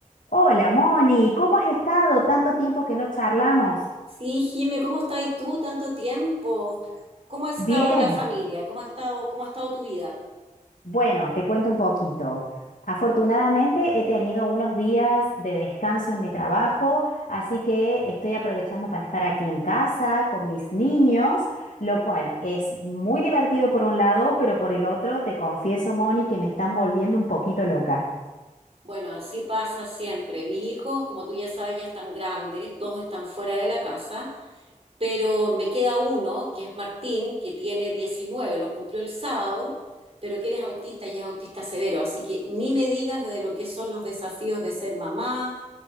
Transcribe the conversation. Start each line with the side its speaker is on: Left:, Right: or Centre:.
Left: Hola, Moni, ¿cómo has estado? Tanto tiempo que no charlamos.
Right: Sí, Jime, ¿cómo estás tú tanto tiempo? ¿Cómo ha estado
Left: Bien.
Right: la familia? ¿Cómo ha estado, cómo ha estado tu vida?
Left: Bueno, te cuento un poquito. Afortunadamente he tenido unos días de descanso en mi trabajo, así que estoy aprovechando para estar aquí en casa con mis niños, lo cual es muy divertido por un lado, pero por el otro, te confieso, Moni, que me están volviendo un poquito loca.
Right: Bueno, así pasa siempre. Mis hijos, como tú ya sabes, ya están grandes, dos están fuera de la casa, pero me queda uno, que es Martín, que tiene diecinueve. los cumplió el sábado, pero que él es autista y es autista severo, así que ni me digas de lo que son los desafíos de ser mamá